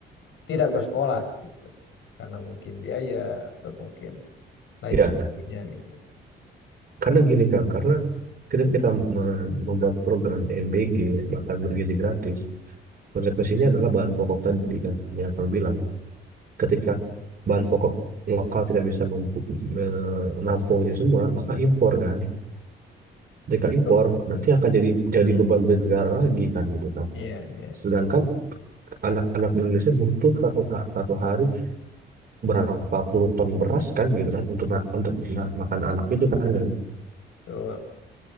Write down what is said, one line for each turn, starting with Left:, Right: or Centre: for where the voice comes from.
Left: tidak bersekolah gitu. Karena mungkin biaya atau mungkin lain
Right: Iya,
Left: sebagainya gitu.
Right: karena gini Kang, karena ketika
Left: Hmm.
Right: kita me- membuat program MBG, makan bergizi gratis, konsekuensinya adalah bahan pokok tadi kan yang Kang bilang. Ketika bahan pokok lokal tidak bisa mempu- me- menampung itu semua, maka impor kan. mereka impor
Left: Betul,
Right: nanti
Left: betul.
Right: akan jadi jadi beban negara lagi kan gitu kan
Left: Iya, iya.
Right: sedangkan anak-anak di Indonesia butuh satu, ha- satu hari berapa puluh ton beras kan gitu kan untuk ma- untuk ma- makan anak itu kan kan
Left: Betul.